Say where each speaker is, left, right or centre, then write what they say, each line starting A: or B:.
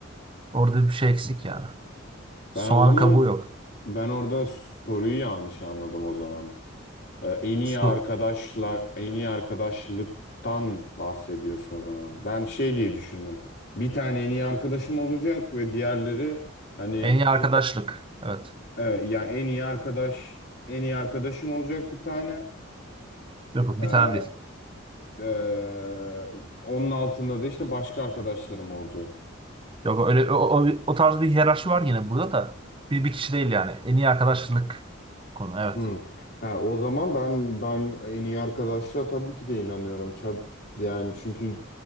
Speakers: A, on the right; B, on the left.
A: orada bir şey eksik yani. Soğanın
B: ben o zaman
A: kabuğu yok.
B: ben orada soruyu yanlış anladım o zaman. Ee, en iyi
A: Su,
B: arkadaşla en iyi arkadaşlıktan bahsediyorsun o zaman. Ben şey diye düşündüm. Bir tane en iyi arkadaşım olacak ve diğerleri hani
A: en iyi arkadaşlık.
B: e,
A: Evet.
B: e, ya en iyi arkadaş en iyi arkadaşım olacak bir tane.
A: Yok
B: Ee,
A: bir tane değil.
B: e, onun altında da işte başka arkadaşlarım olacak.
A: Yok öyle o, o, o tarz bir hiyerarşi var yine burada da bir bir kişi değil yani. En iyi arkadaşlık konu. Evet.
B: Hı. Ha, o zaman ben ben en iyi arkadaşla tabii ki de inanıyorum. Çab- Yani çünkü